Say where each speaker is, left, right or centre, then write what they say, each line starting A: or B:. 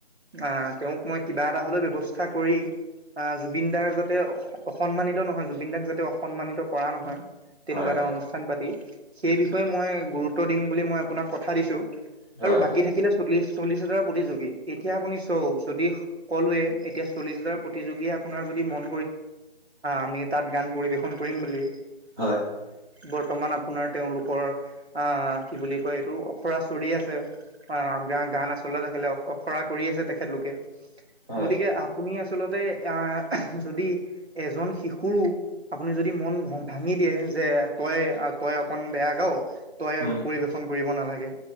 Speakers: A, on the right; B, on the right.
A: অ তেওঁক মই কিবা এটা হলেও ব্যৱস্থা কৰি আহ জুবিন দাৰ যত। যাতে অসন্মানিত নহয় জুবিন দাক যাতে অসন্মানিত কৰা নহয় তেনেকুৱা
B: হয়
A: এটা
B: হয়
A: অনুষ্ঠান পাতি। সেই বিষয়ে মই গুৰুত্ব দিম বুলি মই আপোনাক কথা দিছো
B: হয়
A: আৰু বাকী
B: হয়
A: থাকিলে চল্লিশ। চল্লিছ হাজাৰ প্ৰতিযোগী এতিয়া আপুনি চাওক যদি সকলোৱে এতিয়া চল্লিছ হাজাৰ প্ৰতিযোগীয়ে আপোনাৰ যদি মন। আমি তাত গান পৰিবেশন কৰিম বুলি।
B: হয়
A: বৰ্তমান আপোনাৰ তেওঁলোকৰ আহ কি বুলি কয় এইটো অখৰা চৰি আছে। অ গ গান আচলতে তেখলে অ খৰা কৰি আছে তেখেতলোকে।
B: হয়
A: গতিকে আপুনি আচলতে আহ। যদি এজন শিশু আপুনি যদি মন ভাঙি দিয়ে যে তই তই। তই অকন বেয়া গাও তই
B: উম
A: পৰিবেশন কৰিব নালাগে।